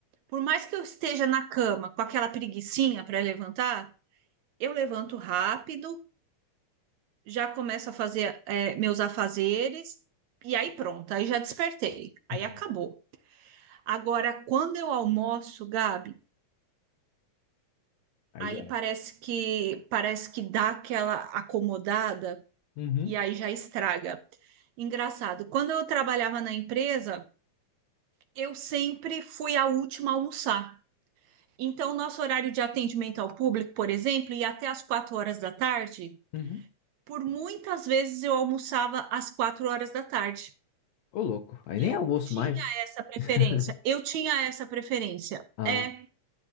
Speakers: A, on the right (about 75°); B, on the left (about 70°).
A: por mais que eu esteja na cama com aquela preguicinha para levantar, eu levanto rápido, já começo a fazer é, meus afazeres. E aí pronto, aí já despertei, aí
B: uhum,
A: acabou. Agora, quando eu almoço, Gabi,
B: Aí
A: aí
B: já,
A: parece que parece que dá aquela acomodada
B: uhum,
A: e aí já estraga. Engraçado. Quando eu trabalhava na empresa, eu sempre fui a última a almoçar. Então, nosso horário de atendimento ao público, por exemplo, ia até às quatro horas da tarde.
B: uhum,
A: Por muitas vezes eu almoçava às quatro horas da tarde.
B: ô louco, aí
A: Eu
B: nem almoço
A: tinha
B: mais.
A: essa preferência.
B: <laughs>
A: Eu tinha essa preferência.
B: Ah,
A: É,